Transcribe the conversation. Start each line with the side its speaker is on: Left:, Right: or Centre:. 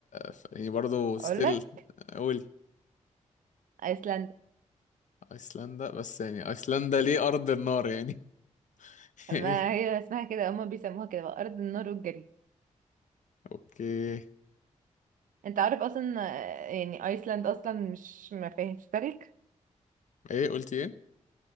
Left: في يعني برضه ستيل
Right: أقولك
Left: قولي
Right: أيسلندا
Left: ايسلندا بس يعني ايسلندا ليه ارض النار يعني <laughs>
Right: ما
Left: يعني
Right: هي اسمها كده هما بيسموها كده بقى أرض النار والجليد
Left: اوكي
Right: انت عارف أصلا آه، يعني أيسلند أصلا مش ما فيهاش تلج
Left: ايه قلتي ايه